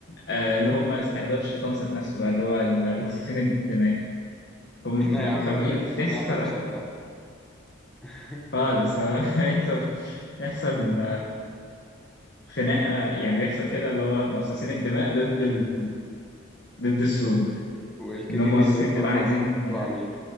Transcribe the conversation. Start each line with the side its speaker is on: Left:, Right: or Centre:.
Left: آه، اللي هم استحضار الشيطان ذات نفسه بقى اللي هو
Centre: <laughs>
Left: مصاصين الدماء فم-
Centre: خناقه يا عم
Left: فبي- فبيحصل
Centre: خناقه احنا
Left: آه،
Centre: مش قدها <laughs>
Left: خالص <laughs> بيحصل يحصل خناقه يعني بيحصل كده اللي هو مصاصين الدماء ضد ال... ضد السود
Centre: والكي
Left: ان هم
Centre: كي كي
Left: مصاصين
Centre: دول
Left: الدماء
Centre: راحوا
Left: عايزين
Centre: تبع مين